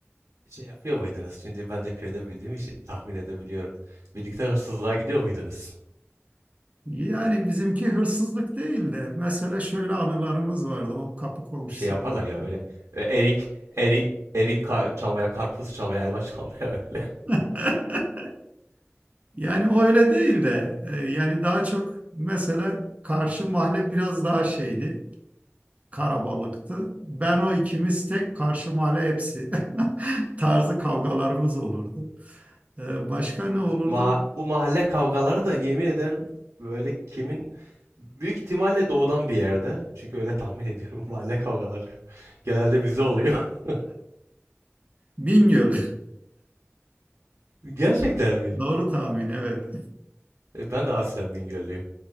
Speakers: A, on the right (about 85°); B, on the right (about 30°).
A: Şey yapıyor muydunuz? Şimdi ben de köyde büyüdüğüm için tahmin edebiliyorum. Birlikte hırsızlığa gidiyor muydunuz?
B: Yani bizimki hırsızlık değil de mesela şöyle anılarımız vardı o kapı komşusu
A: şey yaparlar
B: olanla.
A: ya böyle e, erik erik erik ka- çalmaya, karpuz çalmaya, elma çalmaya <laughs> böyle.
B: <laughs> Yani o öyle değil de e, yani daha çok mesela karşı mahalle biraz daha şeydi. Karabalıktı. Ben o ikimiz tek karşı mahalle hepsi <laughs> tarzı kavgalarımız olurdu. E, Başka
A: Bu mahalle,
B: ne olurdu?
A: bu mahalle kavgaları da yemin ederim böyle kimin büyük ihtimalle doğudan bir yerde. Çünkü öyle tahmin ediyorum <laughs> mahalle kavgaları genelde bizde oluyor. <laughs>
B: Bingöl.
A: Gerçekten
B: <laughs>
A: mi?
B: Doğru tahmin evet.
A: E, ben de aslen Bingöllüyüm.